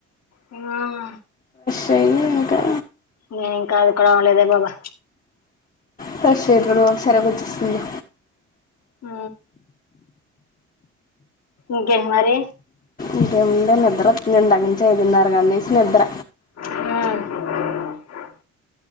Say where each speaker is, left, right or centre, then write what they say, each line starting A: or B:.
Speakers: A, on the left; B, on the left.
A: హ్
B: చై ఇంకా
A: నేను ఇంకా అది ఇక్కడ ఆడ లేదే బాబా
B: ఫ్రెష్ ఇప్పుడు సరకు వచ్చిస్తుంది
A: హ ఇంకేంటిమారి
B: ఇంకేముందే నిద్ర వస్తుందిం <unintelligible> కానీసి నిద్ర
A: ఆ